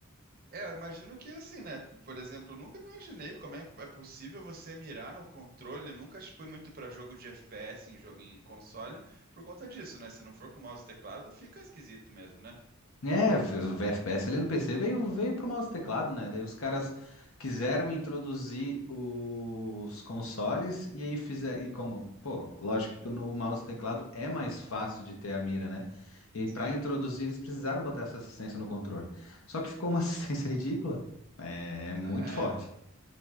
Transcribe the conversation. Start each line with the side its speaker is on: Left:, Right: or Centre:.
Right: É, eu imagino que assim, né? Por exemplo, eu nunca imaginei como é que é possível você mirar no controle. Nunca fui muito para jogo de FPS em, jo- em console por conta disso, né? Se não for com mouse e teclado, fica esquisito mesmo, né?
Left: É, o FPS ali no PC veio, veio pro mouse e teclado, né? Daí os caras quiseram introduzir os consoles e aí fizeram. E como, pô, lógico que no mouse e teclado é mais fácil de ter a mira, né? E
Right: Sim.
Left: pra introduzir eles precisaram botar essa assistência no controle. Só que ficou uma <laughs> assistência ridícula. É, é muito
Right: Não é.
Left: forte.